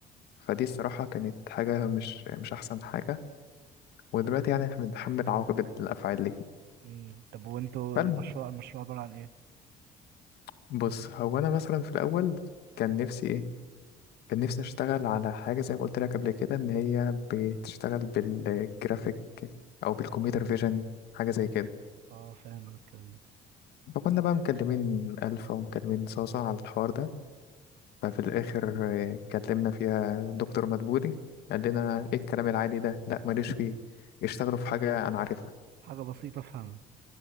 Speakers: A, on the left; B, on the right.
A: فدي الصراحة كانت حاجة مش مش أحسن حاجة ودلوقتي يعني إحنا بنتحمل عواقب الأفعال دي
B: مم. طب وانتوا
A: فالم
B: المشروع المشروع عبارة عن ايه؟
A: بص هو أنا مثلا في الأول كان نفسي إيه كان نفسي أشتغل على حاجة زي ما قلت لك قبل كده إن هي بتشتغل بالجرافيك أو بالكمبيوتر فيجن حاجة زي كده
B: اه فاهم انا الكلام ده
A: فكنا بقى مكلمين ألفا ومكلمين صاصة على الحوار ده ففي الآخر آه، كلمنا فيها دكتور مدبولي قال لنا ايه الكلام العالي ده لا ماليش فيه اشتغلوا في حاجة أنا عارفها
B: حاجة بسيطة افهمها